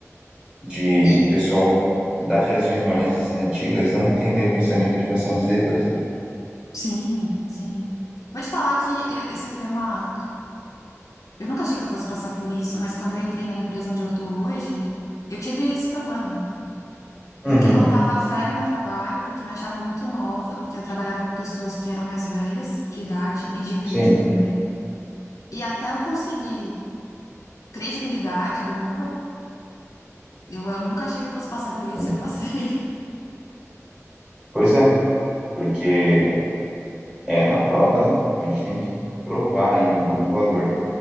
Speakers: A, on the right (about 15°); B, on the left (about 80°).
A: De
B: E
A: o pessoal das gerações mais antigas não entender o pensamento da geração Z, por exemplo.
B: sim, sim. Vou te falar que eu- esse tema, eu nunca achei que eu fosse passar por isso, mas quando eu entrei na empresa onde eu tô hoje, eu tive esse problema. Ninguém
A: Uhum,
B: botava fé no meu trabalho porque me achavam muito nova e eu trabalhava com pessoas que eram mais velhas, de idade e de empresa
A: sim,
B: também. E até eu conseguir credibilidade, demorou. Eu, eu nunca achei que fosse passar por isso
A: sim.
B: e eu passei. <laughs>
A: Pois é, porque É, na prova, né? A gente tem que provar aí o valor.